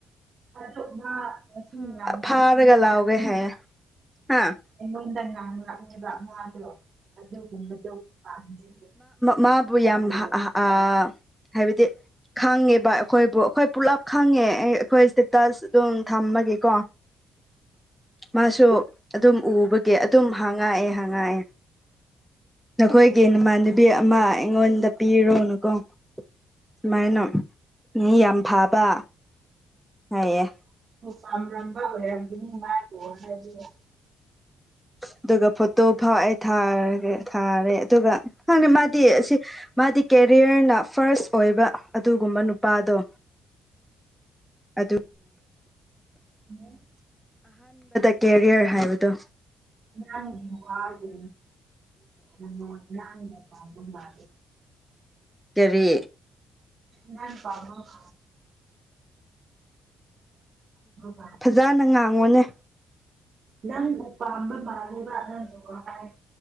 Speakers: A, on the right; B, in the centre.
A: ꯑꯣ ꯃꯁꯤꯡ ꯃꯌꯥꯝꯉ
B: ꯐꯥꯔꯒ ꯂꯥꯎꯒꯦ
A: <inaudible>
B: ꯍꯥꯏꯌꯦ ꯍꯥ
A: ꯑꯩꯉꯣꯟꯗ ꯉꯥꯡꯅ ꯉꯛꯅꯦꯕ ꯃꯥꯗꯣ ꯑꯗꯨꯒꯨꯝꯕꯗꯣ ꯄꯥꯝꯗꯦ
B: ꯃꯥꯕꯨ
A: ꯍꯥꯏꯕꯅꯦ
B: ꯌꯥꯝ ꯑ ꯍꯥꯏꯕꯗꯤ ꯈꯪꯉꯦꯕ ꯑꯩꯈꯣꯏꯕꯨ ꯑꯩꯈꯣꯏ ꯄꯨꯂꯞ ꯈꯪꯉꯦ ꯑꯩꯈꯣꯏ ꯏꯁꯇꯦꯇꯁ ꯑꯗꯨꯝ ꯊꯝꯕꯒꯤꯀꯣ ꯃꯥꯁꯨ ꯑꯗꯨꯝ ꯎꯕꯒꯤ ꯑꯗꯨꯝ ꯍꯪꯉꯛꯑꯦ ꯍꯪꯉꯛꯑꯦ ꯅꯈꯣꯏꯒꯤ ꯅꯃꯥꯟꯅꯕꯤ ꯑꯃ ꯑꯩꯉꯣꯟꯗ ꯄꯤꯔꯣꯅꯨꯀꯣ ꯁꯨꯃꯥꯏꯅꯣ ꯃꯤ ꯌꯥꯝ ꯐꯕ ꯍꯥꯏꯌꯦ
A: ꯄꯥꯝꯂꯝꯝꯕ ꯑꯣꯏꯔꯝꯒꯅꯤ ꯃꯥ ꯂꯣ ꯍꯥꯏꯕꯤ <inaudible>
B: <unintelligible> ꯑꯗꯨꯒ ꯐꯣꯇꯣ ꯐꯥꯎꯑꯦ ꯊꯥꯔꯒ ꯊꯥꯔꯦ ꯑꯗꯨꯒ ꯍꯪꯅꯤ <inaudible> ꯃꯥꯗꯤ ꯑꯁꯤ ꯃꯥꯗꯤ ꯀ ꯀꯔꯤꯌꯔꯅ ꯐꯥꯔꯁ ꯑꯣꯏꯕ ꯑꯗꯨꯒꯨꯝꯕ ꯅꯨꯄꯥꯗꯣ ꯑꯗꯨ
A: ꯍꯝ
B: ꯀꯦꯔꯤꯌꯔ ꯍꯥꯏꯕꯗꯣ
A: ꯅꯪꯒ ꯍꯥꯕꯗꯤ ꯅꯅ ꯅꯥꯟꯒ ꯄꯒ
B: ꯀꯔꯤ
A: ꯅ ꯄꯃ <inaudible> ꯃꯥꯜꯂꯦ
B: ꯐꯖꯅ ꯉꯥꯡꯉꯣꯅꯦ
A: ꯅꯪꯕꯨ ꯄꯥꯝꯕ ꯃꯥꯜꯂꯦꯕ ꯑꯉꯥꯡꯁꯨ <inaudible> ꯠꯇ